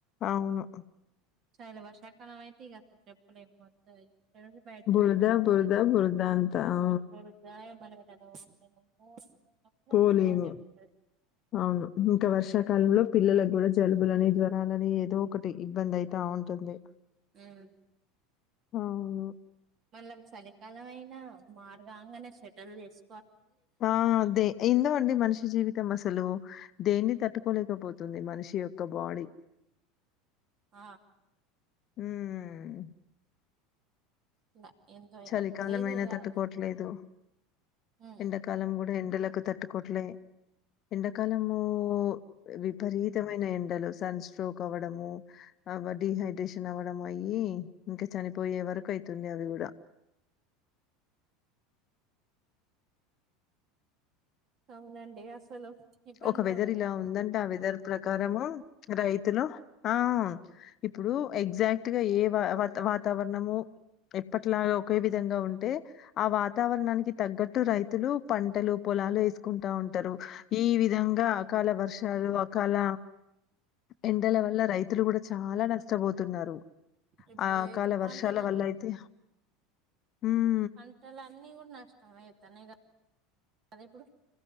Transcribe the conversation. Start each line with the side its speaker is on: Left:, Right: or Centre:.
Left: అవును
Right: చాలా వర్షాకాలం అయితే ఇగ అసలు చెప్పలేం మొత్తం ఇగ రోజు బయటకి
Left: బురద,
Right: యెళ్ళేటటుండదు
Left: బురద, బురద అంతా.
Right: <unintelligible>
Left: ఆ!
Right: అక్కడుద
Left: పోలేము.
Right: <unintelligible>
Left: అవును ఇంకా వర్షాకాలంలో పిల్లలకు గూడా జలుబులని జ్వరాలని ఏదో ఒకటి ఇబ్బంది అయితా ఉంటుంది
Right: ఉమ్
Left: అవును
Right: మళ్ళం చలికాలమయిన మార్గాంగానే స్వెటల్ యేస్
Left: ఆ అదే ఎందో అండి మనిషి జీవితం అసలు దేన్ని తట్టుకోలేకపోతుంది మనిషి యొక్క బాడీ
Right: ఆ
Left: ఉమ్
Right: అట్లా ఎంతో ఏమో
Left: చలికాలమయినా
Right: లేదు కదా
Left: తట్టుకోవట్లేదు
Right: ఉమ్.
Left: ఎండాకాలం గూడా ఎండలకు తట్టుకోట్లే ఎండాకాలము విపరీతమైన ఎండలు సన్ స్ట్రోక్ అవ్వడము అబ్బా డీహైడ్రేషన్ అవ్వడం అయి ఇంకా చనిపోయే వరకు అయితుంది అవి గూడా <inaudible>
Right: అవునండి అసలు ఇబ్బంది
Left: ఒక వెదర్
Right: అవుతది
Left: ఇలా ఉందంటే ఆ వెదర్ ప్రకారము రైతులు ఆ ఇప్పుడు ఎగ్జాక్ట్ గా ఏ వాతా వాతావరణము ఎప్పట్లా ఒకే విధంగా ఉంటే ఆ వాతావరణానికి తగ్గట్టు రైతులు పంటలు పొలాలు యే కుంటా ఉంటారు ఈ విధంగా అకాల వర్షాలు అకాల ఎండల వల్ల రైతులు గూడా చాలా నష్టపోతున్నారు
Right: ఇప్పుడు
Left: ఆ అకాల
Right: ఇప్పుడు
Left: వర్షాల
Right: పంటల
Left: వల్ల అయితే ఉమ్
Right: పంటలు అన్నీ గూడా నష్టం అయితున్నాయి గదా ఇప్పుడు